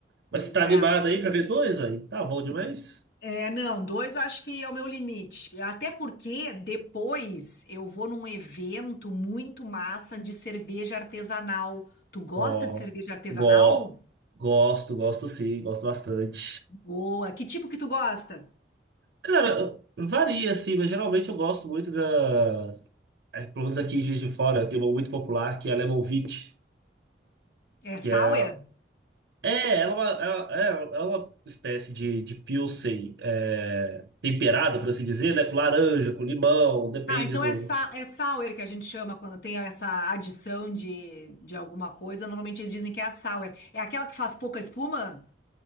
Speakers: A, on the left; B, on the right.
A: pois
B: Mas você tá
A: é.
B: animado aí pra ver dois, aí? Tá bom demais?
A: É, não, dois eu acho que é o meu limite. Até porque depois eu vou num evento muito massa de cerveja artesanal. Tu gosta
B: Ó,
A: de cerveja artesanal?
B: go, gosto, gosto sim, gosto bastante.
A: Boa. Que tipo que tu gosta?
B: Cara, varia assim, mas geralmente eu gosto muito da é, pelo menos aqui em Juiz de Fora, tem uma muito popular que é a Lemon Wheat,
A: É sour?
B: que é, é, ela é uma, ela- é, ela é uma espécie de, de Pilsen é, temperada, por assim dizer, né? Com laranja, com limão, depende
A: Ah, então
B: do...
A: é, sa é sour que a gente chama quando tem essa adição de, de alguma coisa. Normalmente eles dizem que é a sour. É aquela que faz pouca espuma?